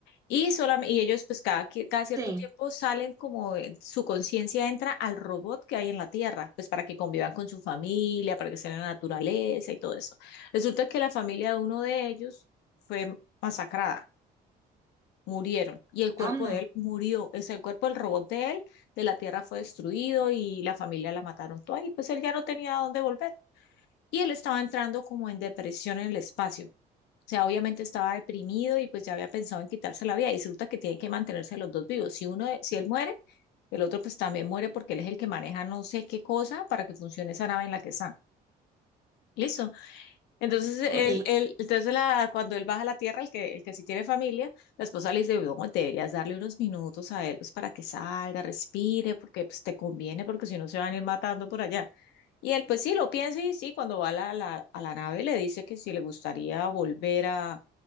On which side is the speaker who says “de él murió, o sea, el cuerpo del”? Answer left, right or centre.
Left